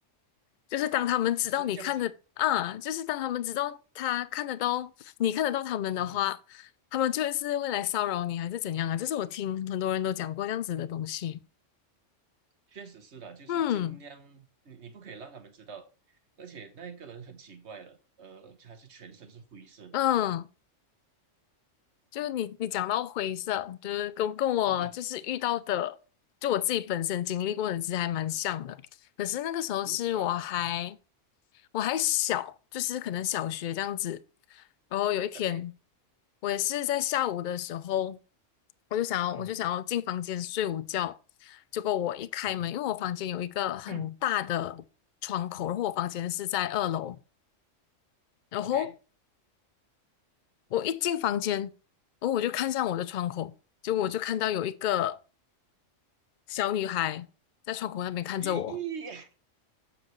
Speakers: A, on the left; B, on the right.
A: 就是当他们知道你看的啊，
B: 是这样子，
A: 就是当他们知道他看得到你看得到他们的话，
B: 嗯哼，
A: 他们就是会来骚扰你还是怎样啊？这是我听很多人都讲过这样子的东西。
B: 确实是的，就是尽量你你不可以让他们知道，
A: 嗯
B: 而且那个人很奇怪了，呃，他是全身是灰色的，
A: 嗯，就是你你讲到灰色，就是跟跟我就是遇到的，
B: 嗯哼，
A: 就我自己本身经历过的，其实还蛮像的。可是那个时候是我还
B: 嗯，怎么，嗯哼
A: 我还小，就是可能小学这样子。然后有一天，
B: ，OK，
A: 我也是在下午的时候，我就想要我就想要进房间睡午觉。
B: 嗯
A: 结果我一开门，
B: 嗯哼
A: 因为我房间有一个很大的窗口，
B: <coughs>
A: 然后我房间是在二楼，然后
B: ，OK，
A: 我一进房间，然后我就看向我的窗口，结果我就看到有一个小女孩在窗口那边看着我。
B: 咦，